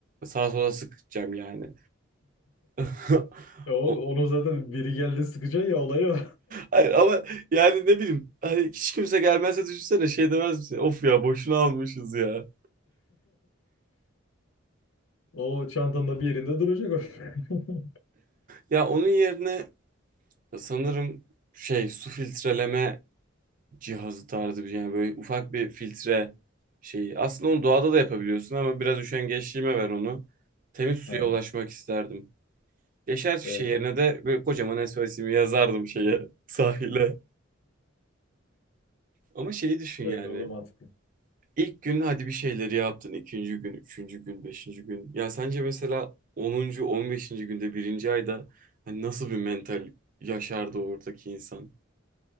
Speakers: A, on the right (about 40°); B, on the left (about 80°).
A: sağa sola sıkacağım yani. <laughs>
B: Ya o-
A: O-
B: onu zaten biri geldi sıkacak ya olayı o.
A: Hayır ama yani ne bileyim hani hiç kimse gelmezse düşünsene şey demez misin? Of ya boşuna almışız ya.
B: <laughs> O çantanda bir yerinde duracak o. <laughs>
A: Ya onun yerine sanırım şey su filtreleme cihazı tarzı bir şey. yani böyle ufak bir filtre şeyi. Aslında onu doğada da yapabiliyorsun ama biraz üşengeçliğime ver onu. Temiz suya
B: Ha,
A: ulaşmak isterdim. Yaşar fişeği
B: evet.
A: yerine de böyle kocaman SOS'imi yazardım şeye, <laughs> sahile. Ama şeyi düşün
B: Evet
A: yani.
B: o da mantıklı.
A: İlk gün hadi bir şeyleri yaptın. ikinci gün, üçüncü gün, beşinci gün. Ya sence mesela onuncu on beşinci günde birinci ayda hani nasıl bir mental yaşardı oradaki insan?